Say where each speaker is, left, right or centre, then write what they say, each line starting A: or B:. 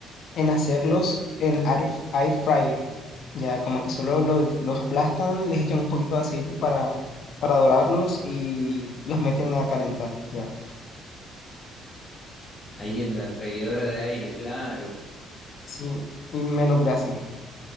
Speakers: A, on the left (about 60°); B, on the left (about 30°).
A: en hacerlos en air, air fryer. Ya como que solo los, los aplastan, les echan un poquito de aceite para, para dorarlos y los meten a calentar. Ya,
B: Ahí en la freidora de aire, claro.
A: sí, y menos grasa.